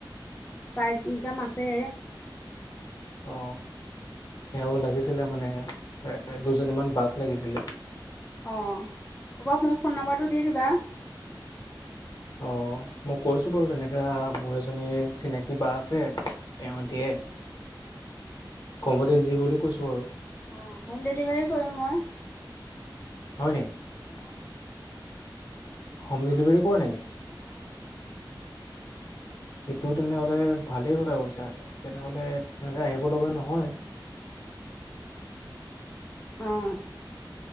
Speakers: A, on the left; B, on the left.
A: চাইড ইনকাম আছে
B: অ, সেয়াও লাগিছিলে মানে, এ দুজনীমান বাক লাগিছিলে-
A: অ, এবাৰ মোক ফোন নাম্বাৰটো দি দিবা
B: অ', ই কৈছো বাৰু, তেনেকা মোৰ এজনী চিনাকী বা আছে তেওঁ দিয়ে, কমতে দি বলৈ কৈছো আৰু
A: অ ', হোম ডেলিভাৰী কৰিম মই
B: হয় নেকি?
A: অ',
B: হোম ডেলিভাৰী কৰ নেকি?
A: অ',
B: এটো তেনেহ'লে ভালেই কথা কৈছা, তেনেহলে আহিব লগা নহয়
A: অ',